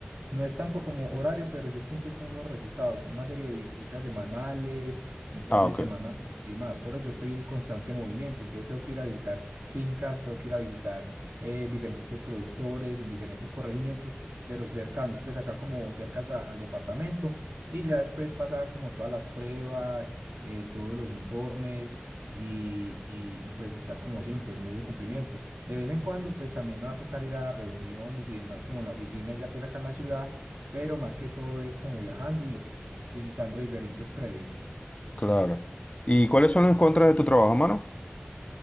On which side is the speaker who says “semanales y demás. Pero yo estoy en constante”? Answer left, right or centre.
Right